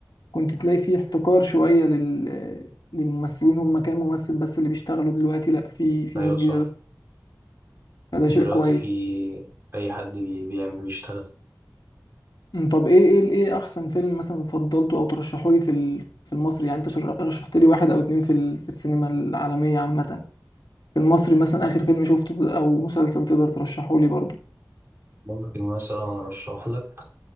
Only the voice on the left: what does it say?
كنت تلاقي في احتكار شوية لل للممثلين هم كام ممثل بس اللي بيشتغلوا دلوقتي لا في في
ناس جديدة
فده
شيء كويس
مم، طب ايه ايه ايه احسن فيلم مثلا فضلته او ترشحه لي في ال- في المصري يعني انت شر- رشحت لي واحد او اتنين في ال- في السينما العالميه عامه في المصري مثلا اخر فيلم شفته ت- او مسلسل تقدر ترشحه لي برضو